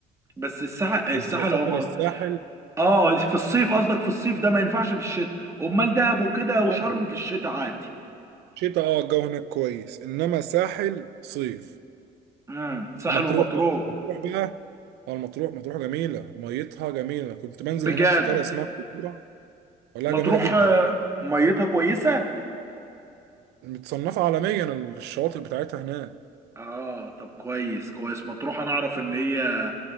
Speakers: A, on the right (about 15°); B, on the right (about 80°).
A: بس الساحل
B: كنت
A: الساحل
B: بسافر
A: او ما
B: الساحل
A: اه في الصيف قصدك في الصيف ده ما ينفعش في الشتاء امال دهب وكده وشرم
B: اه
A: في الشتاء عادي
B: شتاء اه الجو هناك كويس انما ساحل صيف
A: امم ساحل
B: ومطروح
A: ومطروح
B: بقى مطروح بقى اه المطروح مطروح جميله ميتها جميله كنت بنزل
A: بجد
B: هناك في قريه اسمها كوكورة والله
A: مطروح
B: جميله جدا
A: آه، ميتها كويسة
B: متصنفه عالميا الشواطئ بتاعتها هناك
A: اه طب كويس كويس مطروح انا اعرف ان هي